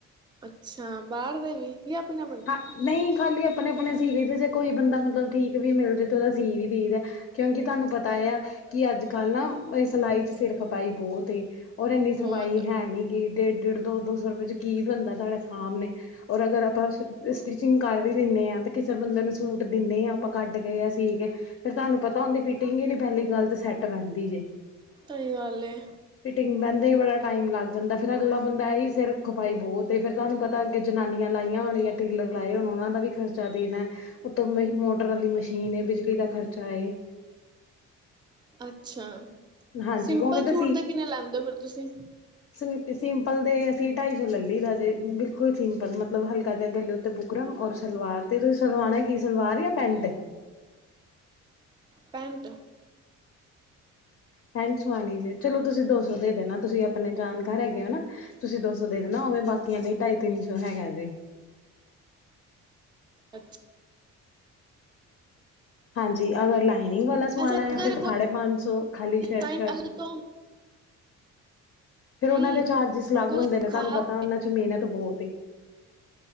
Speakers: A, on the right; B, on the left.
A: ਅੱਛਾ ਬਾਹਰ ਦੇ ਵੀ ਯਾ ਆਪਣੇਂ ਆਪਣੇਂ
B: ਹਾਂ ਨਹੀਂ ਖਾਲੀ ਆਪਣੇਂ ਆਪਣੇਂ ਸੀ ਲਈ ਦੇ ਜੇ ਕੋਈ ਬੰਦਾ ਮਤਲਬ ਠੀਕ ਵੀ ਮਿਲ ਜੇ ਤੇ ਉਹਦਾ ਸੀ ਵੀ ਦਈ ਦਾ ਕਿਉਂਕਿ ਤੁਹਾਨੂੰ ਪਤਾ ਹੈ ਆ ਕਿ ਅੱਜ ਕੱਲ ਨਾ ਸਿਲਾਈ ਚ ਸਿਰ ਖਪਾਈ ਬੋਤ ਐਂ ਔਰ ਇੰਨੀ
A: ਬਹੁਤ
B: ਸਵਾਈ ਹੈ ਨੀ ਗੀ ਡੇ ਡੇਢ ਦੋ ਦੋ ਸੌ ਰੁਪਏ ਚ ਕੀ ਬਣਦਾ ਤੁਹਾਡੇ ਸਾਹਮਣੇ ਔਰ ਅਗਰ ਆਪ ਸਟਿਚਿੰਗ ਕਰ ਵੀ ਦਿੰਦੇ ਹਾਂ ਤੇ ਕਿਸੇ ਬੰਦੇ ਨੂੰ ਸੂਟ ਦਿੰਦੇ ਹਾਂ ਆਪਾਂ ਕੱਢ ਕੇ ਜਾਂ ਸੀ ਕੇ ਫੇਰ ਤੁਹਾਨੂੰ ਪਤਾ ਓਦੀ ਫਿਟਿੰਗ ਈ ਨੀ ਪਹਿਲੀ ਗੱਲ ਤੇ ਸੈੱਟ ਬਹਿੰਦੀ ਜੇ।
A: ਸਈ ਗੱਲ ਐ।
B: ਫਿਟਿੰਗ ਪਹਿੰਦਾ ਹੀ ਬੜਾ ਟਾਈਮ ਲੱਗ ਜਾਂਦਾ ਫਿਰ ਅਗਲਾ ਬੰਦਾ ਐਈ ਸਿਰ ਖਪਾਈ ਬੋਤ ਐ ਫਿਰ ਤੁਹਾਨੂੰ ਪਤਾ ਤਾਂ ਅੱਗੇ ਜਨਾਨੀਆਂ ਲਾਈਆਂ ਹੋਣ ਜਾਂ ਟੀਲਰ ਲਾਏ ਹੋਣ ਓਨਾਂ ਦਾ ਵੀ ਖਰਚਾ ਦੇਣਾ। ਉਤੋਂ ਮੇਰੀ ਮੋਟਰ ਆਲੀ ਮਸ਼ੀਨ ਬਿਜਲੀ ਦਾ ਖ਼ਰਚਾ ਏ।
A: ਅੱਛਾ,
B: ਹਾਂਜੀ
A: ਸਿੰਪਲ
B: ਉਵੇਂ ਤਾਂ
A: ਸੂਟ ਦੇ ਕਿੰਨੇ ਲੈਂਦੇ ਓ ਫਿਰ ਤੁਸੀਂ?
B: ਸਿੰ-ਸਿੰਪਲ ਦੇ ਅਸੀਂ ਢਾਈ ਸੌ ਲਈ ਦਾ ਜੇ ਬਿਲਕੁਲ ਸਿੰਪਲ ਮਤਲਬ ਹਲਕਾ ਜਾ ਕਹਿਲੋ, ਤੇ ਬੁਕਰਮ ਔਰ ਸਲਵਾਰ ਤੇ ਤੁਸੀਂ ਸਲਵਾਣਾ ਕੀ ਸਲਵਾਰ ਜਾਂ ਪੈਂਟ।
A: ਪੈਂਟ,
B: ਪੈਨ ਸਵਾਣੀ ਜੇ ਚਲੋ ਤੁਸੀਂ ਦੋ ਸੌ ਦੇ ਦੇਣਾ ਤੁਸੀਂ ਆਪਣੇ ਜਾਣਕਾਰ ਹੈਗੇ ਓ ਨਾ। ਤੁਸੀਂ ਦੋ ਸੌ ਦੇ ਦੇਣਾ ਉਵੇਂ ਬਾਕੀਆਂ ਲਈ ਢਾਈ ਤਿੰਨ ਸੌ ਹੈਗਾ ਜੇ।
A: ਅੱਛਾ,
B: ਹਾਂਜੀ, ਅਗਰ ਲਾਈਨਿੰਗ ਵਾਲਾ ਸੋਆਣਾ
A: ਵੈਸੇ ਅਗਰ
B: ਫਿਰ
A: ਕੋਈ
B: ਸਾਢੇ ਪੰਜ ਸੌ ਖਾਲੀ। ਸ਼ਰਟ
A: <inaudible>
B: ਸ਼ਰਟ ਦੇ
A: ਤੋਂ
B: ਫੇਰ
A: ਨਹੀਂ
B: ਉਹਨਾਂ ਦੇ ਚਾਰਜਿਸ ਅਲੱਗ
A: ਅਗਰ
B: ਹੁੰਦੇ
A: ਕੋਈ
B: ਨੇ
A: ਵਿਖਾ
B: ਤੁਹਾਨੂੰ ਪਤਾ ਉਹਨਾਂ ਚ ਮਿਹਨਤ ਬੋਹਤ ਏ।